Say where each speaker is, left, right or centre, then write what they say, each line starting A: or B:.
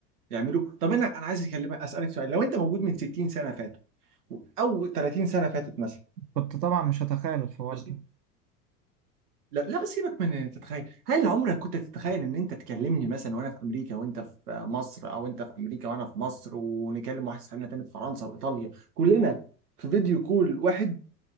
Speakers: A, on the right; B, on the right.
A: يعمله طب انا انا عايز اكلمك اسالك سؤال لو انت موجود من 60 سنه فاتوا او 30 سنه فاتت مثلا
B: كنت طبعا مش هتخيل الحوار
A: ماشي
B: ده
A: لا لا سيبك من إن تتخيل هل عمرك كنت تتخيل ان انت تكلمني مثلا وانا في امريكا وانت في مصر او انت في امريكا وانا في مصر ونكلم واحد صاحبنا تاني في فرنسا وايطاليا كلنا في فيديو كول واحد